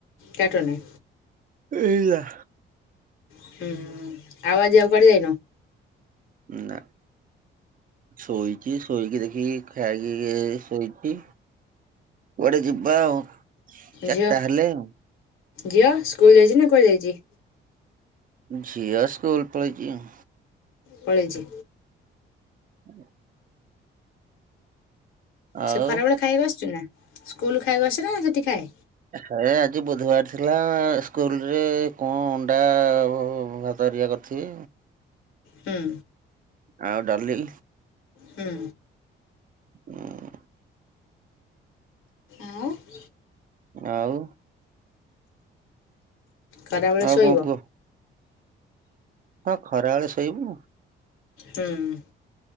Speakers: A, on the left; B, on the right.
A: କାଟୁନି।
B: ଏଇ ଲା।
A: ହୁଁ ଆଉ ଆଜି ଆଉ କୁଆଡେ ଯାଇନ?
B: ନାଁ। ଶୋଇଚି ଶୋଇକି ଦେଖିକି ଖାଇକି ଏ ଶୋଇଚି। କୁଆଡେ ଯିବା ଆଉ। ଚାରିଟା
A: ଝିଅ,
B: ହେଲେ ଆଉ
A: ଝିଅ ସ୍କୁଲ୍ ଯାଇଛି ନା କୁଆଡେ ଯାଇଚି।
B: ଝିଅ ସ୍କୁଲ୍ ପଳେଇଚି ଆଉ।
A: ପଳେଇଚି।
B: <unintelligible> ଆଉ।
A: ସେ ଖରାବେଳେ ଖାଇବାକୁ ଆସୁଚି ନା ସ୍କୁଲ୍ ଖାଇବାକୁ ଆସୁଚି ନା ସେଠି ଖାଏ।
B: ହେ ଆଜି ବୁଧବାର ଥିଲା ସ୍କୁଲ୍ରେ କଣ ଅଣ୍ଡା ଭାତ ହରିକା କରି ଛି
A: ହୁଁ।
B: ଆଉ ଡାଲି?
A: ହୁଁ।
B: ହୁଁ।
A: ଆଉ <inaudible>
B: ଆଉ।
A: ଖରାବେଳେ
B: ଆଉ
A: ଶୋଇବ।
B: କଣ କୁହ ହଁ ଖରାବେଳେ ଶୋଇବୁ।
A: ହୁଁ।